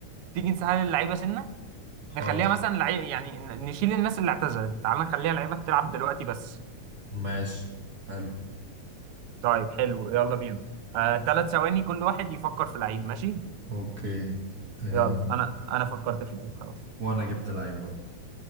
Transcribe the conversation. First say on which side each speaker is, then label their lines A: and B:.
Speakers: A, on the right; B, on the right.
A: تيجي نسهل اللعيبة سنة
B: خلاص
A: نخليها مثلا لعيب يعني ن- نشيل الناس اللي اعتزلت تعال نخليها لعيبة بتلعب دلوقتي بس
B: ماشي حلو
A: طيب حلو يلا بينا آه، ثلاث ثواني كل واحد يفكر في لعيب ماشي
B: أوكي أه...
A: يلا انا انا فكرت في لعيب خلاص
B: وأنا جبت لعيب برضه